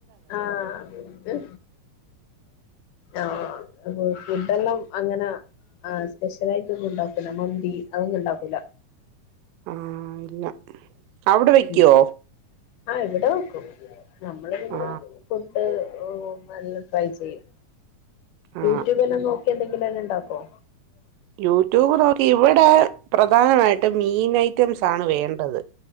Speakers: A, on the left (about 75°); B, on the right (about 85°).
A: ആഹ് ഓഹോ ഉം ഫുഡ് എല്ലാം അങ്ങനെ എഹ് സ്പെഷ്യലായിട്ടൊന്നും ഇണ്ടാക്കൂല്ല മന്തി അതൊന്നും ഇണ്ടാക്കൂല
B: ആഹ് ഇല്ല അവിടെ വെയ്ക്ക്യോ?
A: ഉം ആഹ് ഇവടെ വെക്കും നമ്മള് പിന്നെ
B: ആ
A: ഫുഡ് നല്ല ട്രൈ ചെയ്യും
B: ആ
A: യൂട്യൂബെല്ലാം നോക്കി എന്തെങ്കിലും തന്നെ ഇണ്ടാക്കോ?
B: യൂട്യൂബ് നോക്കി ഇവിടെ പ്രധാനമായിട്ടും മീനൈ ഐറ്റംസാണ് വേണ്ടത്.